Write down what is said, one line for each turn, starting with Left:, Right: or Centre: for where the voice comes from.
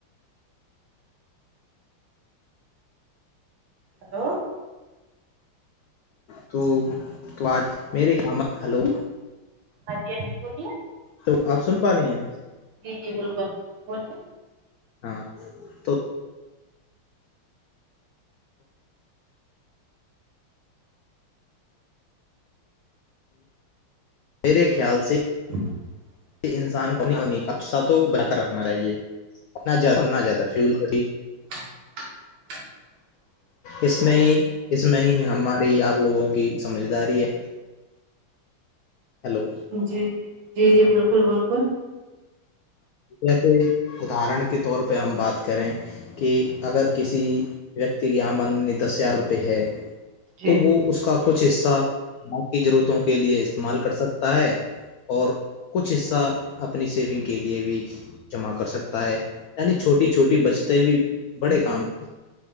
Right: ہلو
Left: تو تو آج میرے خم ہلو
Right: ہاں جی ہاں جی بولیے
Left: تو آپ سن پا رہی ہیں
Right: جی جی بالکل بولیے
Left: ہاں تو میرے خیال سے
Right: <unintelligible>
Left: کہ انسان کو نہیں ہونے کا اصہ تو بن کر رکھنا چاہیے انا زیادہ انا زیادہ فیول کھڑی
Right: <unintelligible>
Left: اس میں ہی اس میں ہی ہماری آپ لوگوں کی سمجھداری ہے ہیلو
Right: جی جی جی جی بالکل بالکل
Left: جیسے ادرن کے طور پہ ہم بات کریں کہ اگر کسی ویکتی کی آمدنی دس ہزار روپئے ہے
Right: جی
Left: تو وہ اس کا کچھ حصہ ب کی ضرورتوں کے لئے استعمال کر سکتا ہے اور کچھ حصہ اپنی سیونگ کے لیے بھی جمع کر سکتا ہے یعنی چھوٹی چھوٹی بچتیں بھی بڑے کام